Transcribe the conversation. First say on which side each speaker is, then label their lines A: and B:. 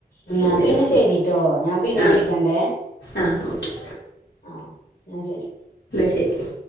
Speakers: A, on the left; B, on the left.
A: എന്നാ
B: എന്തേലും
A: പിന്നെ ശെരിട്ടോ ഞാൻ പിന്നെ
B: ആ
A: വിളിക്കണ്ടേ
B: ആ ഓക്കെ
A: ആഹ് ആ ശരി
B: ശരി